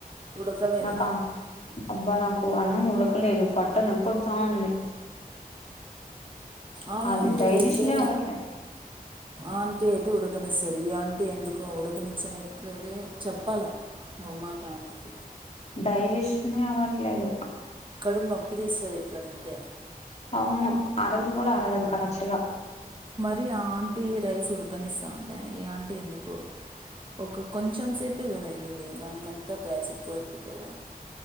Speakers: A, on the right (about 30°); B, on the left (about 45°).
A: ఉడకలేదు
B: నాకా అబ్బా నా నాకు అన్నం ఉడకలేదు పట్టను ఎ పడుతా ఉంది
A: ఆ
B: అది
A: ఆంటీ
B: డైజెషనే
A: అయితే
B: అవట్లే
A: ఆంటీ అయితే ఉడకనిస్తుంది ఈ ఆంటీ ఎందుకో ఉడకనిచ్చినట్లద చెప్పాలా నవ మాట ఆంటీకి
B: డైజెషన్ ఇవ్వట్లేదు
A: కడు నప్పి తీసది ఇట్ల నిందే
B: అవును అరగను కూడా అరగదు కరెక్ట్గా
A: మరి ఆంటీ రైస్ ఉడకనిస్తాను అే ఈ ఆంటీ ఎందుకు ఒక కొంచెం సేపే కదా ఇది దానికంతా గ్యాస్ ఎక్కువ అయిపోయి కదా